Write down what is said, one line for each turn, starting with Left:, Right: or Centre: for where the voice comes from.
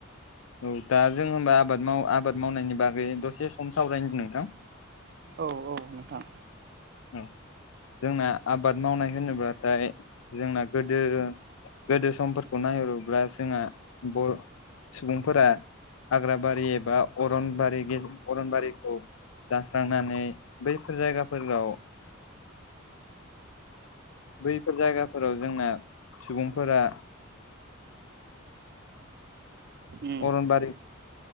Left: औ दा जों होनबा आबाद माव आबाद मावनायनि बागै दसे सम सावरायनो नोंथां
Right: औ औ नोंथां
Left: औ जोंना आबाद मावनाय होनोब्लाथाय जोंना गोदो गोदो समफोरखौ नाय नायहरोब्ला जोंहा बर' सुबुंफोरा हाग्राबारि एबा अरनबारि गेज अरनबारिखौ दास्रांनानै बैफोर जायगाफोराव बैफोर जायगाफोराव जोंना सुबुंफोरा
Right: उम
Left: अरनबारि